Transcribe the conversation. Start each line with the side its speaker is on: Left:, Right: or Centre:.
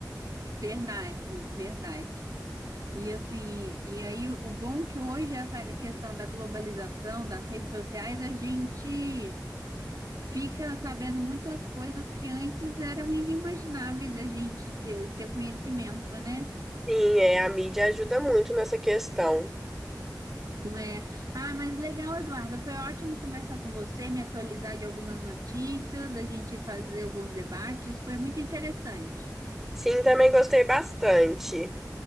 Right: Verdade, verdade. E assim, e aí o o bom que hoje essa questão da globalização, das redes sociais, a gente fica sabendo muitas coisas que antes eram inimagináveis a gente ter, ter conhecimento, né?
Centre: Sim, é, a mídia ajuda muito nessa questão.
Right: É. Ah, mas legal, Eduarda. Foi ótimo conversar com você, me atualizar de algumas notícias, a gente fazer alguns debates. Foi muito interessante.
Centre: Sim, também gostei bastante.